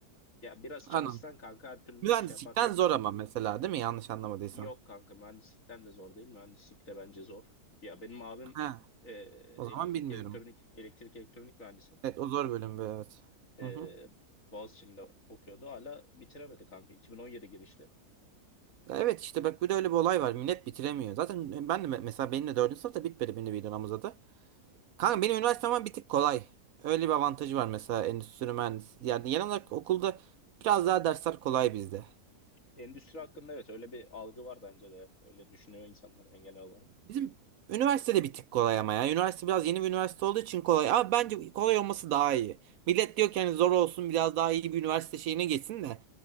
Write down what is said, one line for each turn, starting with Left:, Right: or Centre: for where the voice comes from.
Left: Ya biraz
Right: anladım.
Left: çalışsan kanka her türlü
Right: Mühendislikten
Left: şey yaparsın.
Right: zor ama mesela değil mi? Yanlış anlamadıysam.
Left: Yok kanka mühendislikten de zor değil. Mühendislik de bence zor. Ya benim abim
Right: Ha,
Left: e, elektrik
Right: o zaman bilmiyorum.
Left: elektronik elektrik elektronik mühendisi.
Right: Evet o zor bölüm bu, evet.
Left: E,
Right: Hı hı.
Left: Boğaziçi'nde okuyordu. Hala bitiremedi kanka. 2017 girişli.
Right: Ya Evet işte bak bir de öyle bir olay var. Millet bitiremiyor. Zaten ben de me- mesela benim de dördüncü sınıfta bitmedi benim bir dönem uzadı. Kanka benim üniversitem bir tık kolay. Öyle bir avantajı var mesela endüstri mühendisi. Yani genel olarak okulda biraz daha dersler kolay bizde.
Left: Endüstri hakkında evet öyle bir algı var bence de. Öyle düşünüyor insanlar yani genel olarak.
Right: Bizim üniversitede bir tık kolay ama ya. Üniversite biraz yeni bir üniversite olduğu için kolay. Ama bence kolay olması daha iyi. Millet diyor ki hani zor olsun biraz daha iyi bir üniversite şeyine geçsin de.